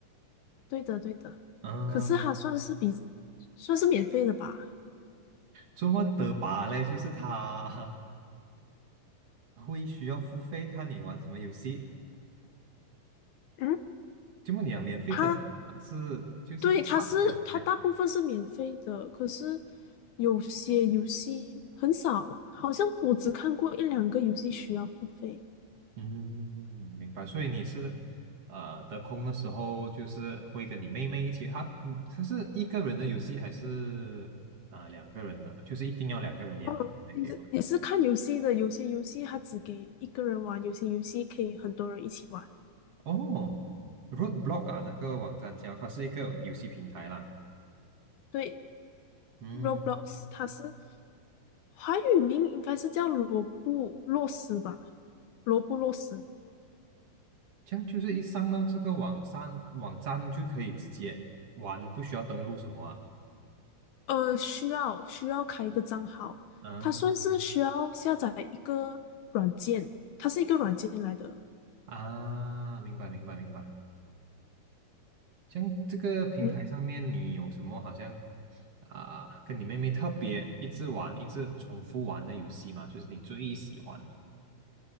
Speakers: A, on the left; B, on the right.
A: 对的对的。
B: 嗯、
A: 可是它算是比算是免费的吧？
B: 这么的吧嘞，就是他 <laughs> 会需要付费看你玩什么游戏。
A: 嗯，
B: 这么你讲免费的吧是就是不完全免费，
A: 它对它是它大部分是免费的，可是有些游戏很少，好像我只看过一两个游戏需要付费。
B: 嗯，明白。所以你是呃得空的时候，就是会跟你妹妹一起。他嗯，他是一个人的游戏还是啊、两个人的？就是一定要两个人联机才可以玩。
A: 嗯，也是也是看游戏的，有些游戏它只给一个人玩，有些游戏可以很多人一起玩。
B: 哦，Roadblock 啊，那个网站叫它是一个游戏平台啦。
A: 对
B: 嗯。
A: ，Roblox 它是华语名应该是叫罗布洛斯吧？罗布洛斯。
B: 这样就是一上到这个网站，网站就可以直接玩，不需要登录什么啊？
A: 呃，需要需要开一个账号，
B: 嗯
A: 它算是需要下载一个软件，它是一个软件来的。
B: 啊，明白明白明白。这样这个平台上面你有什么好像
A: 嗯
B: 啊，跟你妹妹特别一直玩、一直重复玩的游戏吗？就是你最喜欢的